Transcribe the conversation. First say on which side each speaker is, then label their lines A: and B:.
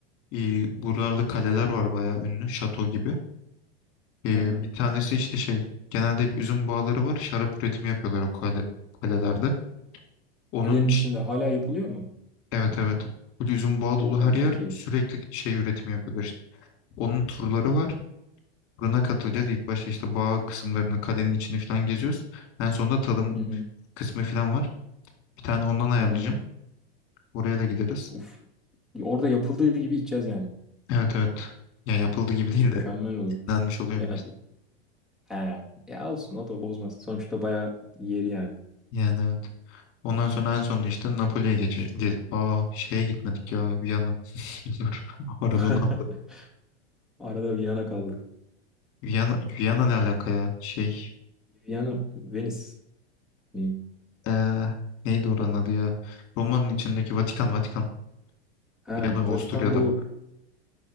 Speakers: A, on the left (about 45°); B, in the centre.
A: Ee, buralarda kaleler var bayağı ünlü. Şato gibi. Ee,
B: Hı hı.
A: bir tanesi işte şey. Genelde hep üzüm bağları var. Şarap üretimi yapıyorlar o kale, kalelerde. Onun
B: Kalenin
A: ş-
B: içinde hala yapılıyor mu?
A: evet evet. Bu üzüm bağı dolu
B: Oha
A: her yer
B: çok iyi.
A: sürekli şey üretimi yapıyorlar işte. Onun turları var. Turuna katılacağız. İlk başta işte bağ kısımlarını, kalenin içini falan geziyoruz. En sonunda tadım
B: Hı hı.
A: kısmı falan var. Bir tane ondan ayarlayacağım.
B: Anladım.
A: Oraya da gideriz.
B: Uf. Orada yapıldığı gibi içeceğiz yani.
A: Evet evet. Ya yapıldı gibi
B: Oh,
A: değil
B: mükemmel
A: de
B: olur.
A: yenilenmiş oluyor
B: Ya,
A: biraz.
B: he. Ya olsun o da bozmaz. Sonuçta bayağı yeri yani.
A: Yani evet. Ondan sonra en sonunda işte Napoli'ye geçe ge- Aa şeye gitmedik ya Viyana. <laughs> Dur. Arada
B: <laughs>
A: onu atladım.
B: Arada Viyana kaldı.
A: Viyana, Viyana ne alaka ya? Şey
B: Viyana, Venice mi?
A: ee, neydi oranın adı ya? Roma'nın içindeki Vatikan Vatikan.
B: Ha,
A: Viyana Avusturya'da.
B: Vatikan bu